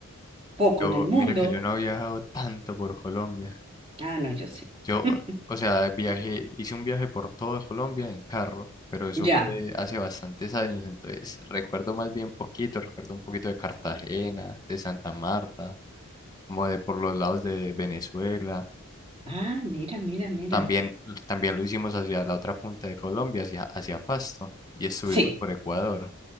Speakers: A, on the right (about 25°); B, on the left (about 20°).
A: poco
B: Yo,
A: en el mundo.
B: mira que yo no he viajado tanto por Colombia.
A: Ah, no, yo sí.
B: Yo,
A: <laughs>
B: o sea, viajé, hice un viaje por toda Colombia en carro, pero eso
A: Ya.
B: fue hace bastantes años, entonces recuerdo más bien poquito, recuerdo un poquito de Cartagena, de Santa Marta, como de por los lados de Venezuela.
A: Ah, mira, mira, mira.
B: También, también lo hicimos hacia la otra punta de Colombia, hacia, hacia Pasto, y estuvimos
A: Sí.
B: por Ecuador.